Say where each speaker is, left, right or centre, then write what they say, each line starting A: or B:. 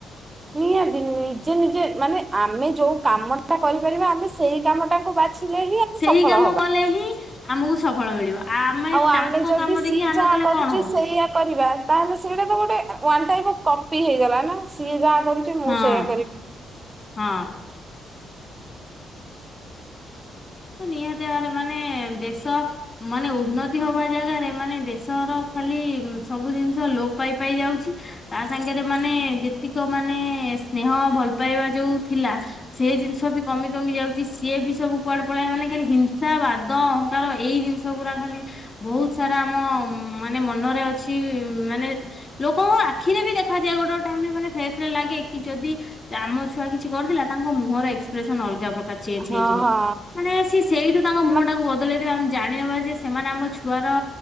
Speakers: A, on the right (about 25°); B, on the left (about 35°).
A: ନିହାତି ନିଜେ ନିଜେ ମାନେ ଆମେ ଯୋଉ କାମ ଟା କରିପାରିବା ଆମେ ସେଇ କାମ ଟାକୁ ବାଛିଲେ ହିଁ। ଆମେ
B: ସେଇ
A: ସଫଳ
B: କାମ
A: ହବା
B: କଲେ ହିଁ ଆମକୁ ସଫଳ ମିଳିବ। ଆମେ
A: ଆଉ ଆମେ
B: ତାଙ୍କ
A: ଯଦି
B: କାମ ଦେଖି
A: ସିଏ
B: ଆମେ
A: ଯାହା
B: କଲେ
A: କରୁଛି
B: କଣ ହବ
A: ସେଇୟଆ କରିବା। ତାହେଲେ ସେଇଟା ତ ଗୋଟେ ଓଂନଟାଇପ ଅଫ କପି ହେଇଗଲା ନା ସିଏ ଯାହା କରୁଛି ମୁଁ
B: ହଁ
A: ସେଇୟା କରିବି।
B: ହଁ। ନିହାତି ଭାବରେ ମାନେ ଦେଶ ମାନେ ଉନ୍ନତି ହବା ଜାଗାରେ ମାନେ ଦେଶ। ତର ଖାଲି ହୁଁ ସବୁ ଜିନିଷ ଲୋପ ପାଇପଇ ଯାଉଛି। ତା ସାଙ୍ଗରେ ମାନେ ଯେତିକ ମାନେ ସ୍ନେହ ଭଲ ପାଇବା ଯୋଉ ଥିଲା। ସେ ଜିନିଷ ବି କମି କମି ଯାଉଛି ସିଏ ବି ସବୁ କୁଆଡେ। ବିକଳିଆ ମାନେ ଖାଲି ହିଂସା ବାଦ ଅହଙ୍କାର ଏଇ ଜିନିଷ ଗୁରା ଖାଲି। ବହୁତ୍ ସାରା ଆମ ମାନେ ମନରେ ଅଛି ମାନେ ଲୋକଙ୍କ ଆଖିରେବି ଦେଖାଯାଏ ଗୋଟେ ଗୋଟେ ଟାଇମରେ ମାନେ ଫେସରେ ଲାଗେ କିଯଦି ଆମ ଛୁଆ କିଛି କରିୁଥିଲା ତାଙ୍କ ମୁହଁର ଏକ୍ସପ୍ରେସନ ଅଲଗା ପ୍ରକାର ଚେଞ୍ଜ
A: ହଁ
B: ହେଇଯିବ।
A: ହଁ।
B: ମାନେ ସେସେଇଠୁ ତାଙ୍କ ମୁହଁ
A: ମାନେ
B: ଟାକୁ ବଦଳେଇ ଦେବେ ଆମେ ଜାଣିନେବାଯେ ସେମାନେ ଆମ ଛୁ ଛୁଆର